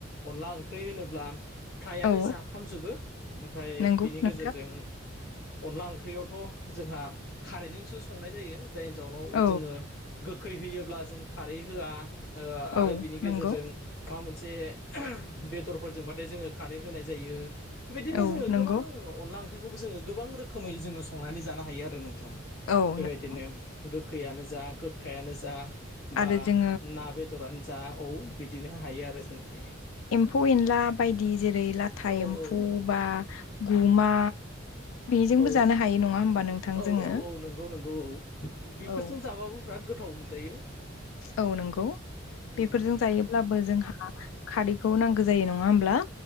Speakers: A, on the left; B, on the left.
A: अनला ओंख्रि होनोब्ला फ्रायानो
B: औ
A: जाफ्रामजोबो ओमफ्राय
B: नंगौ
A: बिनि
B: नोंथां
A: गेजेरजों अनला ओंख्रियावथ' जोंहा खारैजोंसो संनाय जायो जायनि जाउनाव
B: औ
A: जोंङो गोखै होयोब्ला जों खारै होआ आरो
B: औ
A: बिनि गेजेरजों
B: नंगौ
A: माबा मोनसे बेदरफोरजोंबाथाय जोंङो खारै होनाय जायो। बेबायदिनो
B: औ
A: जोंङो
B: नंगौ
A: गोबां अनला ओंख्रिखौबो जोंङो गोबां रोखोमै जोंङो संनानै जानो हायो आरो नोंथां।
B: औ
A: बेबायदिनो
B: नंगौ
A: गोखैयानो जा गोखायानो जा
B: आरो
A: बा
B: जोङो
A: ना बेदरानो जा औ बिदिनो हायो आरो ज
B: एम्फौ एनला बायदि जेरै लाथा
A: औ
B: एम्फौ
A: औ
B: बा गुमा जोंबो
A: औ
B: जानो हायो नङा होमबा नोंथां
A: औ
B: जोङो
A: औ औ नंगौ नंगौ औ बेफोरजों
B: औ
A: जाबाबो बिराद गोथाव मोनजायो।
B: औ नंगौ
A: उम
B: बेफोरजों जायो अब्लाबो जोंहा खारैखौ नांगौ जायो नङा होमब्ला